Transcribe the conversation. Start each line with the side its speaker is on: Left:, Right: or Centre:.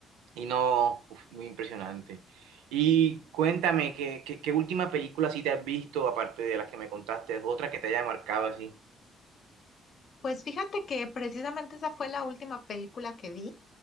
Right: Y no, uf, muy impresionante. Y cuéntame, ¿qué, qué, qué última película sí te has visto, aparte de las que me contaste, otra que te haya marcado así?
Left: Pues fíjate que precisamente esa fue la última película que vi.